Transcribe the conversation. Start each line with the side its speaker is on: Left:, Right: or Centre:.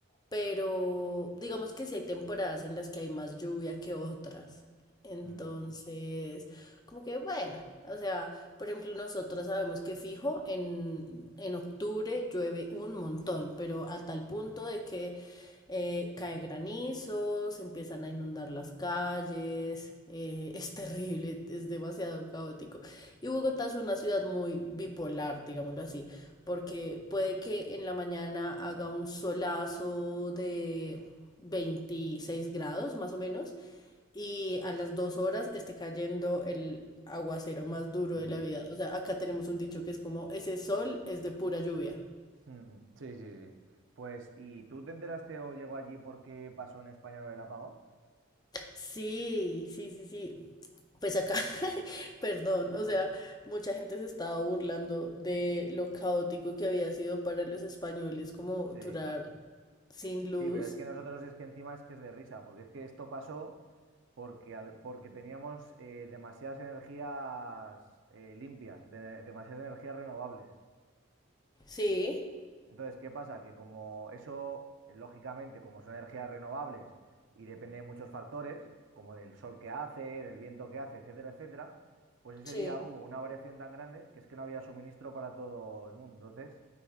Left: pero digamos que sí hay temporadas en las que hay más lluvia que otras. Entonces,
Right: Mm,
Left: como que bueno, o sea, por ejemplo, nosotros sabemos que fijo en, en octubre llueve un montón, pero a tal punto de que eh, cae granizo, se empiezan a inundar las calles, eh, <laughs> es terrible, es demasiado caótico. Y Bogotá es una ciudad muy bipolar, digámoslo así porque puede que en la mañana haga un solazo de 26 grados más o menos y a las dos horas esté cayendo el aguacero más duro
Right: mm,
Left: de la vida. O sea, acá tenemos un dicho que es como, ese sol es de pura lluvia.
Right: mm. Sí, sí, sí. Pues, ¿y tú te enteraste o llegó allí porque pasó en España lo del apagón?
Left: Sí, sí, sí, sí. Pues acá, <laughs> perdón, o sea, mucha gente se estaba burlando de lo caótico que había sido para los españoles como
Right: Sí,
Left: durar sin luz.
Right: sí, pero es que nosotros es que encima es que es de risa, porque es que esto pasó. porque, al- porque teníamos eh, demasiadas energías eh, limpias, de- demasiadas energías renovables.
Left: Sí,
Right: Entonces, ¿qué pasa? Que como eso, eh, lógicamente, como son energías renovables y depende de muchos factores, como del sol que hace, del viento que hace, etcétera, etcétera, pues ese
Left: Sí.
Right: día hubo una variación tan grande que es que no había suministro para todo el mundo. Entonces,